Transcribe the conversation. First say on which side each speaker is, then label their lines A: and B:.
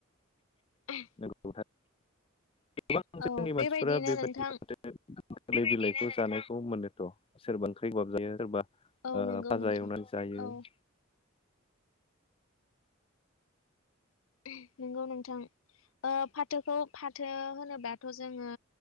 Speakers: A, on the left; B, on the left.
A: <unintelligible>
B: नंगौ गोबां जोंनि
A: औ
B: मानसिफोरा
A: बेबायदिनो
B: बेबायादि
A: नोंथां
B: थोलाय बिलाइखौ जानाय खौ मोनोथ' सोरबा ओंख्रि गोबाब जायो सोरबा
A: औ
B: ओ
A: नंगौ
B: भाजा
A: नोंथां
B: एवनानै जायो।
A: औ
B: <inaudible>
A: <unintelligible> नंगौ नोंथां। ओ फाथोखौ फाथो होनोबाथ' जोङो